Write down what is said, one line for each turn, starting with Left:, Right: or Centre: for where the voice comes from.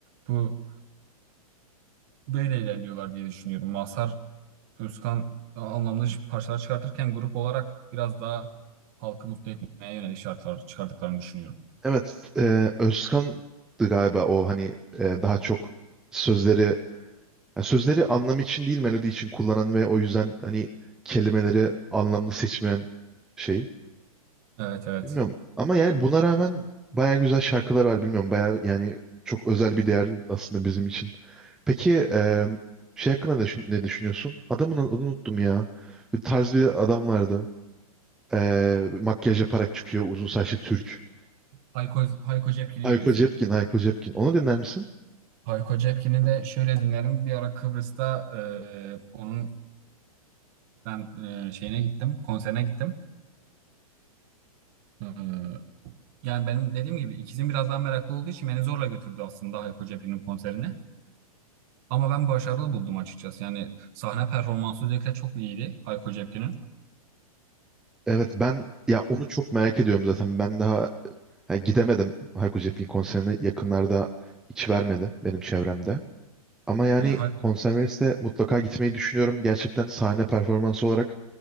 Right: bu böyle ilerliyorlar diye düşünüyorum. Mazhar Özkan anlamda şi- parçalar çıkartırken grup olarak biraz daha halkı mutlu etmeye yönelik şarkılar çıkardıklarını düşünüyorum.
Centre: Evet, e, Özkan'dı galiba o hani e, daha çok sözleri yani sözleri anlam için değil melodi için kullanan ve o yüzden hani kelimeleri anlamlı seçmeyen şey.
Right: Evet evet.
Centre: Bilmiyorum ama yani buna rağmen baya güzel şarkılar var bilmiyorum baya yani çok özel bir değer aslında bizim için. Peki e, şey hakkında ne, düşün- ne düşünüyorsun? Adamın adını unuttum ya. Bir tarz bir adam vardı. E, makyaj yaparak çıkıyor uzun saçlı Türk.
Right: Hayko, Hayko Cepkin'i
Centre: Hayko
Right: diyorsun.
Centre: Cepkin, Hayko Cepkin. Onu dinler misin?
Right: Hayko Cepkin'i de şöyle dinlerim. Bir ara Kıbrıs'ta e, onun ben e, şeyine gittim, konserine gittim. E, yani benim dediğim gibi ikizim biraz daha meraklı olduğu için beni zorla götürdü aslında Hayko Cepkin'in konserine. Ama ben başarılı buldum açıkçası. Yani sahne performansı özellikle çok iyiydi Hayko Cepkin'in.
Centre: Evet ben ya onu çok merak ediyorum zaten. Ben daha ha, gidemedim Hayko Cepkin konserine. Yakınlarda hiç vermedi benim çevremde. Ama yani
Right: E, Hay-
Centre: Conserves'e mutlaka gitmeyi düşünüyorum. Gerçekten sahne performansı olarak